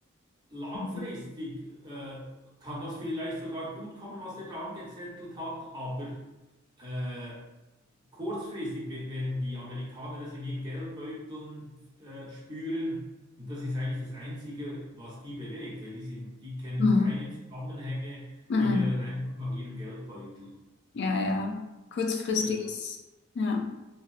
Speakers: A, on the right; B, on the left.
A: Langfristig,
B: Mhm.
A: äh, kann das vielleicht sogar gut kommen, was der da angezettelt hat, aber äh, Kurzfristig we- werden die Amerikaner das in ihren Geldbeuteln äh, spüren. Und das ist eigentlich das Einzige, was die bewegt. weil Die sind, die kennen
B: Mhm.
A: keine Zusammenhänge,
B: Mhm.
A: die wählen einfach nach ihrem Geldbeutel.
B: Ja, ja. Kurzfristiges.
A: Äh,
B: Ja.